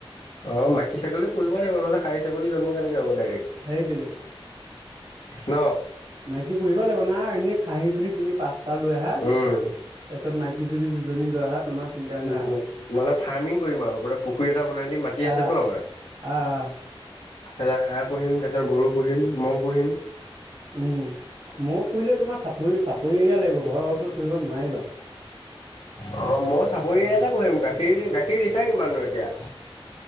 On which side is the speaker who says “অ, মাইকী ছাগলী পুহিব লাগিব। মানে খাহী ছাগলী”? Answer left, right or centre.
Left